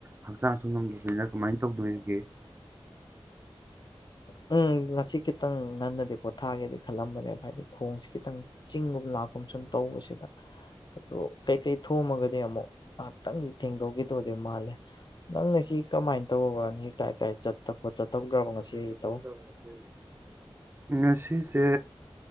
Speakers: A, on the right (about 25°); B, on the left (about 50°).
A: ꯍꯛꯆꯥꯡꯁꯨ ꯉꯝꯗꯕꯅꯤꯅ ꯀꯃꯥꯏꯅ ꯇꯧꯗꯣꯏꯒꯦ
B: ꯎꯝ ꯉꯁꯤ ꯈꯤꯇꯪ ꯉꯟꯅꯗꯤ ꯄꯣꯊꯥꯒꯦꯗꯤ ꯈꯜꯂꯝꯕꯅꯦꯕ ꯍꯥꯏꯗꯤ ꯈꯣꯡꯁꯤ ꯈꯤꯇꯪ ꯆꯤꯡꯒꯨꯝ ꯂꯥꯛꯀꯨꯝ ꯁꯨꯝ ꯇꯧꯕꯁꯤꯗ ꯑꯗꯣ ꯀꯩꯀꯩ ꯊꯣꯝꯃꯒꯗꯤ ꯑꯃꯨꯛ ꯉꯥꯏꯍꯥꯛꯇꯪꯗꯤ ꯊꯦꯡꯗꯣꯛꯈꯤꯗꯧꯗꯤ ꯃꯥꯜꯂꯦ ꯅꯪ ꯉꯁꯤ ꯀꯃꯥꯏꯅ ꯇꯧꯔꯕ ꯉꯁꯤ ꯀꯥꯏ ꯀꯥꯏ ꯆꯠꯇ ꯈꯣꯠꯇ ꯇꯧꯗ꯭ꯔꯕ ꯉꯁꯤ
A: ꯁꯖꯦ
B: ꯏꯇꯧ
A: ꯉꯁꯤꯁꯦ